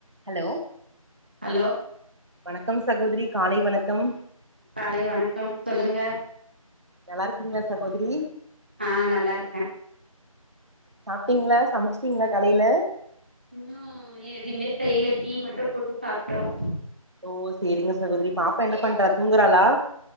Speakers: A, on the right; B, on the right.
A: Hello
B: hello
A: வணக்கம் சகோதிரி காலை வணக்கம்
B: காலை வணக்கம் சொல்லுங்க
A: நல்லா இருக்கீங்களா சகோதிரி
B: ஆ நல்லா இருக்கே
A: சாப்பிட்டீங்களா சமைச்சிட்டீங்களா காலையில
B: இன்னும் எதுமே செய்யல டீ மட்டும் போட்டு சாப்ட்டோம்
A: ஓ சரிங்க சகோதிரி பாப்பா என்ன பண்றா தூங்கறாளா